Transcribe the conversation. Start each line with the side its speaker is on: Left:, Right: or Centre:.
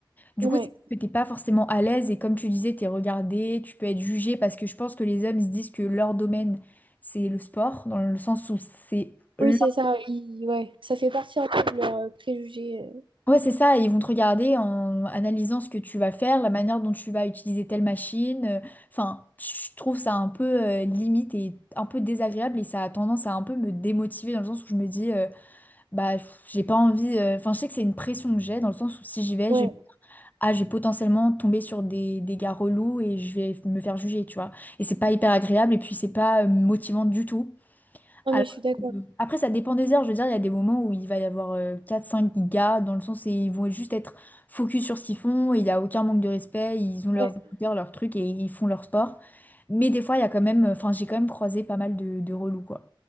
Left: Du
Right: ouais.
Left: coup, c'est que t'es pas forcément à l'aise et comme tu disais, t'es regardé, tu peux être jugé parce que je pense que les hommes ils se disent que leur domaine c'est le sport, dans le sens où c'est leur...
Right: Oui, c'est ça. ils- ouais. Ça fait partie un peu de leurs euh, préjugés. euh.
Left: Ouais, c'est ça, ils vont te regarder en analysant ce que tu vas faire, la manière dont tu vas utiliser telle machine. euh, Enfin, je trouve ça un peu euh, limite et un peu désagréable et ça a tendance à un peu me démotiver dans le sens où je me dis, euh, bah, pff, j'ai pas envie, euh, enfin, je sais que c'est une pression que j'ai dans le sens où si j'y vais,
Right: Ouais.
Left: je ah, je vais potentiellement tomber sur des, des gars relous et je vais me faire juger, tu vois. Et c'est pas hyper agréable et puis c'est pas euh, motivant du tout.
Right: Non,
Left: Alors,
Right: mais je suis d'accord.
Left: après, ça dépend des heures. Je veux dire, il y a des moments où il va y avoir euh, quatre cinq gars dans le sens où ils vont juste être focus sur ce qu'ils font et il n'y a aucun manque de respect. Ils ont leurs
Right: Ouais.
Left: écouteurs, leurs trucs et ils font leur sport. Mais des fois, il y a quand même, enfin, j'ai quand même croisé pas mal de, de relous, quoi.